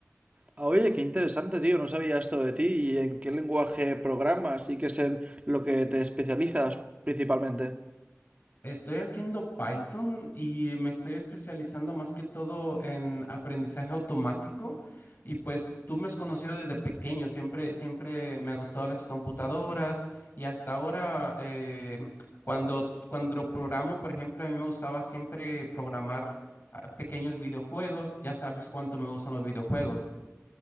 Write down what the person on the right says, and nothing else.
Ah, Oye, qué interesante, tío. No sabía esto de ti. ¿Y en qué lenguaje programas y qué es en lo que te especializas principalmente?